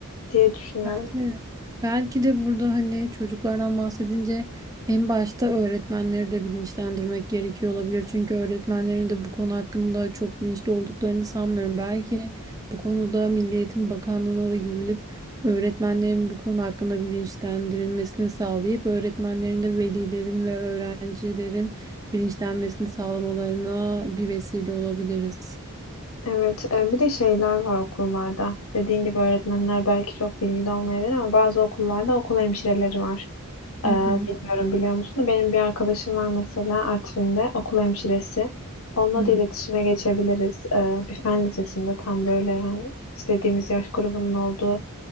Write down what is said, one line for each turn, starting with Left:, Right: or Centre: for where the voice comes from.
Left: diye düşünüyorum.
Right: Belki de, belki de burada hani çocuklardan bahsedince en başta öğretmenleri de bilinçlendirmek gerekiyor olabilir. Çünkü öğretmenlerin de bu konu hakkında çok bilinçli olduklarını sanmıyorum. Belki bu konuda Milli Eğitim Bakanlığı'na da gidilip öğretmenlerin bu konu hakkında bilinçlendirilmesini sağlayıp öğretmenlerin de velilerin ve öğrencilerin bilinçlenmesini sağlamalarına bir vesile olabiliriz.
Left: Evet, e, bir de şeyler var okullarda. Dediğin gibi öğretmenler belki çok bilgili olmayabilir ama bazı okullarda okul hemşireleri var. E,
Right: Hı hı.
Left: bilmiyorum biliyor musun? da Benim bir arkadaşım var mesela Artvin'de okul hemşiresi. Onunla
Right: Hı.
Left: da iletişime geçebiliriz. E, bir fen lisesinde tam böyle yani istediğimiz yaş grubunun olduğu